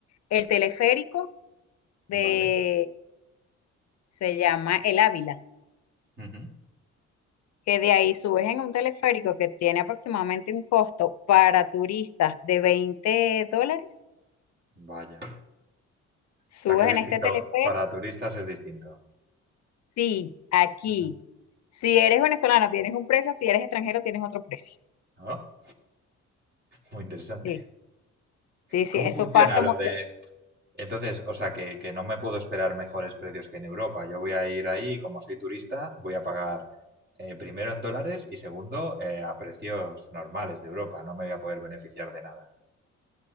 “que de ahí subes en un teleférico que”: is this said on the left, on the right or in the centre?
Left